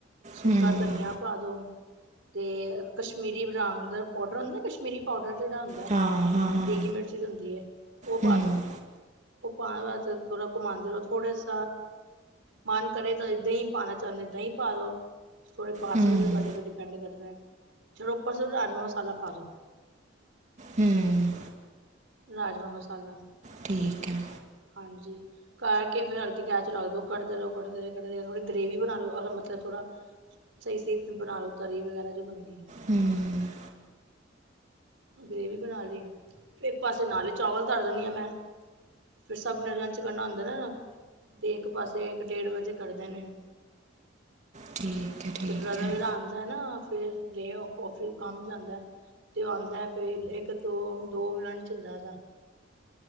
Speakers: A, on the right; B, on the right.
A: ਸੁੱਕਾ
B: ਹੂੰ
A: ਧਨੀਆ ਪਾ ਦੋ। ਤੇ ਕਸ਼ਮੀਰੀ ਰੰਗ ਦਾ ਪਾਡਰ ਹੁੰਦਾ ਨਾ ਕਸ਼ਮੀਰੀ ਪਾਡਰ ਜਿਹੜਾ ਹੁੰਦਾ।
B: ਹਾਂ ਹਾਂ
A: ਦੇਗੀ
B: ਹਾਂ
A: ਮਿਰਚੀ ਹੁੰਦੀ ਐ ਉਹ ਪਾਦੋ।
B: ਹੂੰ
A: ਉਹ ਪਾਣ ਵਾਸਤੇ ਥੋੜ੍ਹਾ ਘੁੰਮਾਉਂਦੇ ਰਹੋ ਥੋੜੇ ਸ ਮਨ ਕਰੇ ਤਾਂ ਦਹੀਂ ਪਾਣਾ ਚਾਹੁੰਦੇ ਦਹੀਂ ਪਾ ਦੋ। ਕੋਈ ਪਾ
B: ਹੂੰ
A: ਸਕਦੇ ਹੋ ਤੁਹਾਡੇ ਤੇ ਡਿਪੈਂਡ ਕਰਦਾ ਹੈ ਚੋ ਉਪਸ ਮਸਾਲਾ ਪਾ ਦੋ।
B: ਹੂੰ
A: ਰਾਜਮਾਂ ਮਸਾਲਾ।
B: ਠੀਕ ਹੈ।
A: ਹਾਂਜੀ, ਕਰਕੇ ਫਿਰ ਹਲਕੀ ਗੇਸ ਚ ਰੱਖ ਦੋ ਕੱਢ ਰਹੋ ਕੱਢ ਰ ਕੱਢਦੇ ਗ੍ਰੇਵੀ ਬਣਾ ਲਓ ਮਤਲਬ ਥੋੜਾ ਸਹੀ ਸਹੀ ਬਣਾ ਲ ਲੋ ਤਰੀ ਵਗੈਰਾ ਜੋ ਬਣਦੀ ਐ।
B: ਹੂੰ
A: ਗ੍ਰੇਵੀ ਬਣਾ ਲਈ ਫਿਰ ਇੱਕ ਪਾਸੇ ਨਾਲੇ ਚਾਵਲ ਤਰ ਦਿੰਦੀ ਆ ਮੈਂ। ਫਿਰ ਸਭ ਨੇ ਲੰਚ ਕਰਨਾ ਹੁੰਦਾ ਨਾ ਨਾ। ਤੇ ਇਕ ਪਾਸੇ ਇਕ ਡੇਢ ਵਜੇ ਕਰਦੇ ਨੇ
B: ਠੀਕ ਹੈ ਠੀਕ
A: ਤੇ ਬ੍ਰਦਰ
B: ਹੈ
A: ਮੇਰਾ ਆਂਦਾ ਨਾ ਫੇਰ <unintelligible> ਕੰਮ ਜਾਂਦਾ ਤੇ ਆਉਂਦਾ ਫੇ ਇੱਕ ਦੋ ਦੋ ਲੰਚ ਹੁੰਦਾ।